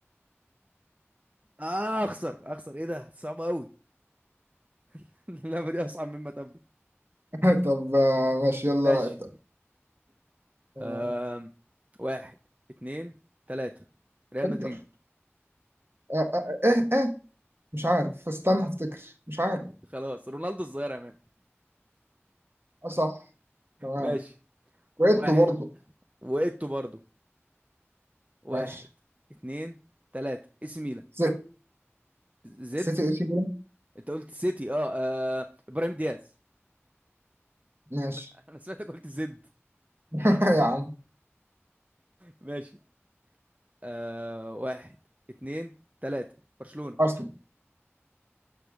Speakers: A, on the right; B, on the right.
A: آه أخسر أخسر إيه ده صعبة أوي <laughs> اللعبة دي أصعب مما تبدو
B: <laughs> طب آه، ماشي يلا
A: ماشي
B: ابدأ آه،
A: أم... واحد اتنين تلاتة ريال
B: انتر
A: مدريد
B: آه، آه، آه، ايه ايه مش عارف استنى افتكر مش عارف
A: خلاص رونالدو الظاهرة يا مان
B: اه صح تمام
A: ماشي
B: وقيته
A: واحد
B: برضه
A: وإيتو برضو واحد
B: ماشي
A: اتنين تلاتة اس ميلان
B: سيتي
A: زد
B: سيتي اي سي ميلان
A: انت قلت سيتي اه, آه. ابراهيم دياز
B: ماشي
A: <laughs> انا سمعتك قلت زد
B: <laughs> يا عم
A: ماشي آه واحد اتنين تلاتة برشلونة
B: ارسنال